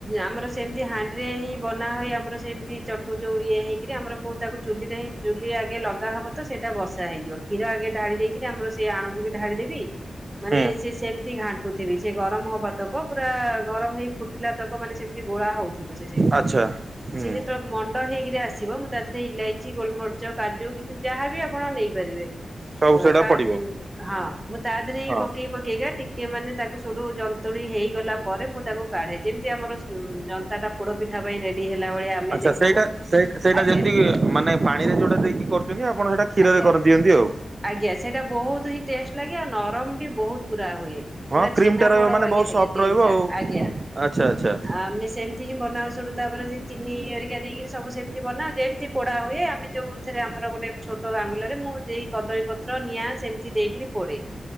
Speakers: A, on the right; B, on the right.
A: ଆମର ସେମତି ହାଣ୍ଡିରେ ହିଁ ବନା ହୁଏ ଆମର ସେମିତି ଚଟୁ ଯୋଉ ଇଏ ହେଇକରି ଆମର ମୁଁ ତାକୁ ଚୁଲିରେ ହଁ ଚୁଲି ଆଗେ ଲଗା ହବ ତ ସେଇଟା ବସା ହେଇଯିବ କ୍ଷୀର ଆଗେ ଢ଼ାଳି ଦେଇକରି ଆମର ସେଇ ଆଣୁକୁ ବି ଢାଳିିଦେବି ମାନେ
B: ହୁଁ
A: ସେ ସେମିତି ଘା ଥିବି ସେ ଗରମ ହବା ତକ ପୁରା ଗରମ ହେଇ ଫୁଟିଲା ତକ ମାନେ ସେମିତି ଗୋଳା ହଉଥିବ ସେ ସେମିତି
B: ଆଚ୍ଛା ହୁଁ
A: ସେ ଯେତେବେଳେ ମଣ୍ଡ ହେଇକିରି ଆସ ଆସିବ ମୁଁ ତା ଦେହରେ ଇଲାଇଚି ଗୋଲମର୍ଚ କାଜୁ କି ଯାହା ବି ଆପଣ ନେଇପାରିବେ।
B: ସବୁ
A: ଅ
B: ସେଇଟା
A: କା
B: ପଡିବ।
A: ହଁ ମୁତାଦେହରେ
B: ହଁ
A: ପକେଇ ପକେଇ ଟି କେ ମାନେ ତାକୁ ସେଠୁ ଜନ୍ତୁଣି ହେଇଗଲା ପରେ ମୁଁ ତାକୁ କାଢେ ଯେମିତି ଆମର ଯନ୍ତା ଟା ପୋଡ ପିଠା ପାଇଁ ରେଡି ହେଲା ଭଳିଆ ଆମେ
B: ଆଚ୍ଛା
A: ଦେଖଉ
B: ସେଇଟା ସେଇ ସେଇଟା
A: ଆଜ୍ଞା
B: ଯେମିତି ମାନେ ପାଣି ରେ ଯୋଉଟା ଦେଇକି କରୁଛନ୍ତି ଆପଣ ସେଇଟା କ୍ଷୀରରେ
A: ଆଜ୍ଞା
B: କରିଦିଅନ୍ତି ଆଉ।
A: ଆଜ୍ଞା ସେଇଟା ବହୁତ ହିଁ ଟେଷ୍ଟ ଲାଗେ ଆଉ ନରମ ବି ବହୁତ ପୁରା ହୁଏ।
B: ହଁ
A: ପୁରା
B: କ୍ରିମ
A: ଛେନା
B: ଟା ରହିବ
A: ପୋଡ
B: ମାନେ
A: ବାଗିଆ
B: ବହୁତ
A: ହେ
B: ସଫ୍ଟ
A: କେକ୍
B: ରହିବ
A: ଟା
B: ଆଉ
A: ଆଜ୍ଞା
B: ଆଚ୍ଛା ଆଚ୍ଛା
A: ଆମେ ସେମିତି ହିଁ ବନାଉ ସେଟୁ ତାପରେ ସେ ଚିନି ଆରିକା ଦେଇକି ସବୁ ସେମିତି ବନାଉ ଯେମିତି ପୋଡ଼ା ଭାଲିଆ ଆମେ ଯେଉଁ ଏଥିରେ ଆମର ଗୋଟେ ଛୋଟ ଗାଙ୍ଗୁଲାରେ ମୁଁ ଦେଇ କଦଳୀ ପତ୍ର ନିଆଁ ସେମିତି ଦେଇକରି ପୋଡ଼େ